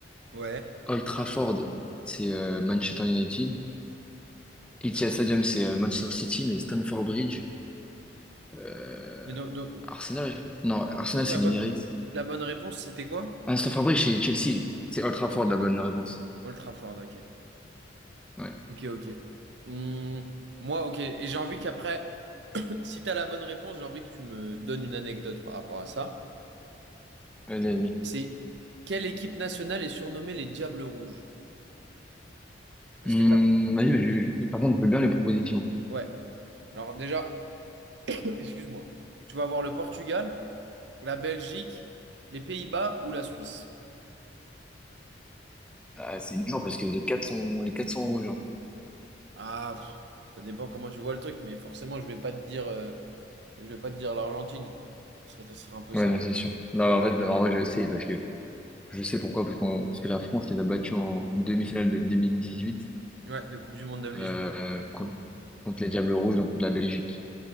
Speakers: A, on the right (about 65°); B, in the centre.
A: Ouais.
B: Old Trafford, c'est euh, Manchester United. Etihad
A: Non.
B: Stadium, c'est euh, Manchester City, mais Stamford Bridge, euh,
A: Mais donc, donc-
B: Arsenal. Non, Arsenal,
A: donc
B: c'est
A: la
B: l'Emirates.
A: bonne... la bonne réponse, c'était quoi?
B: Ah, Stamford Bridge, c'est Chelsea. C'est Old Trafford, la bonne réponse.
A: Ultraford, ok.
B: Ouais.
A: Ok, ok. Hmm, moi, ok. Et j'ai envie qu'après, <clears throat> <laughs> si t'as la bonne réponse, j'ai envie que tu me donnes une anecdote par rapport à ça.
B: Vas-y, vas-y.
A: C'est quelle équipe nationale est surnommée les Diables Rouges? Est-ce
B: Hum,
A: que t'as...
B: vas-y, mais je- je- par contre, je veux bien les propositions.
A: Ouais. Alors déjà. excuse-moi. Tu vas avoir le Portugal, la Belgique, les Pays-Bas ou la Suisse.
B: Ah, c'est dur parce que les quatre sont, les quatre sont rouges. hein.
A: Ah, pff, ça dépend comment tu vois le truc, mais forcément, je vais pas te dire, euh, je vais pas te dire l'Argentine, quoi. Ce serait, ce serait un peu
B: Ouais,
A: ça.
B: non, c'est sûr. Non, mais en fait, en vrai, je sais parce que je sais pourquoi parce qu'on, parce que la France les a battus en demi-finale de 2018
A: Ouais, de Coupe du Monde 2018.
B: euh, contre,
A: Bon.
B: contre les Diables Rouges, donc contre la Belgique.